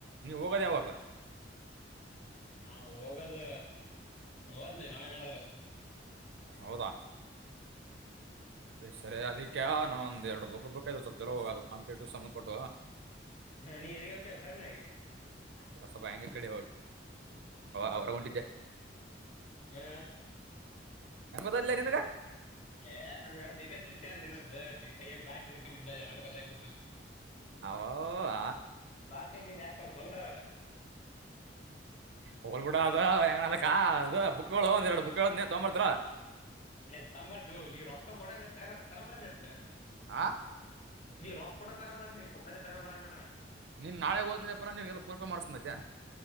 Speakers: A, on the right (about 70°); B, on the left (about 40°).
A: ನೀವ ಹೋಗೋದ ಯಾವಾಗ
B: ನಾವ ಹೋಗದ ಓತ್ನಿ ನಾಳೆ ನಾಡದ್ರಾಗ
A: ಹೌದಾ ಸರಿ ಅದಕ್ಕೆ ನಾ ಒಂದ ಎರಡ ಬುಕ್ ಬೇಕಾಗಿದವ ಸ್ವಲ್ಪ ಚಲೋ ಹೋಗೋದು ಕಾಂಪಿಟೇಟಿವ್ ಸಂಬಧಪಟ್ಟ
B: ನೀ ಎಲ್ಲಿಗೆ ಹೊಂಟಿಯಲ್ಲ ಸಣ್ಣ ಆಗಿ
A: ಇಲ್ಲ ಸ್ವಲ್ಪಗ ಹಂಗೆ ಈ ಕಡೆ ಹೊರಗೋಂಟಿದ್ದೆ
B: ಎ
A: ಹೆಂಗ ಗೊತ್ತಾಯ್ತಲೆ ನಿನಗೆ
B: ಏ ನಮ್ ದಿವ್ಯ ದೃಷ್ಟಿ ಆದ್ರಿ ನಮ್ದು ನೀವ ಕೈಯಾಗ ಬಾಟ್ ಇಡ್ಕೊಂಡಿದ ಎಲ್ಲಟು ಗೊತ್ತಾಗಿಬಿಡುತ್ತ ನಮಗ
A: ಅವ್ವವವ್ವ
B: <unintelligible>
A: ಹೋಗಲ್ಬ ಬಿಡ ಅದ ಹೆಂಗನಾಗಲಕ ಅದು ಬುಕ್ಗಳು ಒಂದ್ ಎರಡು ಬುಕ್ ಹೇಳತಿನೀ ತಗೊಂಬರ್ತಿಲ್ಲ
B: ಏ ತಂಬ್ರತಿನೂ ನೀವ್ ರೊಕ್ಕ ಕೊಡೋದೆಚ್ಚ ನಾವ ತಂಬ್ರದ ಹೆಚ್ಚ
A: ಆ
B: ನೀವು ರೂಕ್ಕ ಕೊಟ್ರ ತಗೊಂಬರ್ತೀನಿ ಪುಕ್ಕಟ್ಟೆ ತಗೊಂಬರಂಗನ
A: ನೀನ ನಾಳೆ ಹೋತ್ತಿನಿ ಅಂದ್ರಪರ ಫೋನ್ಪೇ ಮಾಡ್ಸತಿನಿ ಮತ್ತ